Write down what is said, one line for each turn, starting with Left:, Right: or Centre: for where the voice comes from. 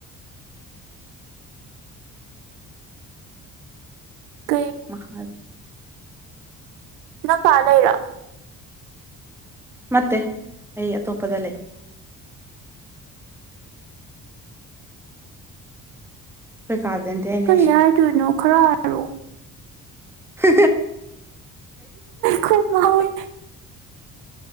Right: ꯀꯦ
Centre: ꯃꯈꯥ
Right: ꯅꯪ ꯄꯥꯂ ꯂꯩꯔꯥ
Centre: ꯅꯠꯇꯦ ꯑꯩ ꯑꯇꯣꯞꯄꯗ ꯂꯩ ꯀꯥꯗꯦꯟꯗꯤ ꯑ ꯂꯩꯁ
Right: ꯀꯔꯤ ꯍꯥꯏꯗꯣꯏꯅꯣ ꯈꯔ ꯍꯥꯏꯔꯣ
Centre: ꯍ
Right: ꯈꯨꯣꯏ